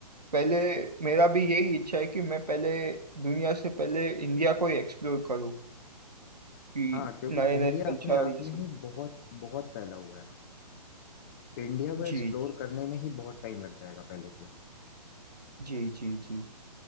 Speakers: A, on the right (about 75°); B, on the left (about 30°).
A: पहले मेरा भी यही इच्छा है कि मैं पहले दुनिया से पहले इंडिया को ही एक्सप्लोर करूँ कि
B: हाँ क्योंकि
A: नए
B: इंडिया
A: नए कल्चर
B: अपने आप
A: और ये
B: में
A: सब
B: ही बहुत बहुत फैला हुआ है इंडिया को
A: जी
B: एक्सप्लोर करने में ही बहुत टाइम लग जाएगा पहले तो
A: जी जी जी